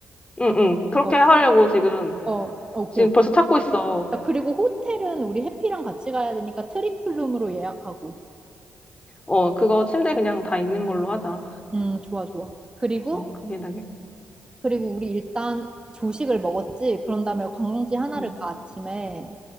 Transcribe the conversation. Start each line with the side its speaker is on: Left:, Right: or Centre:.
Left: 응, 응. 그렇게
Right: 어,
Left: 하려고 지금
Right: 어, 오케이,
Left: 지금
Right: 오케이.
Left: 벌써 찾고 있어.
Right: 야, 그리고 호텔은 우리 해피랑 같이 가야 되니까 트리플룸으로 예약하고.
Left: 어, 그거 침대 그냥 다 있는 걸로 하자.
Right: 음, 좋아, 좋아. 그리고,
Left: 어, 그게 나게.
Right: 그리고 우리 일단 조식을 먹었지. 그런 다음에 관광지 하나를
Left: 응.
Right: 가, 아침에.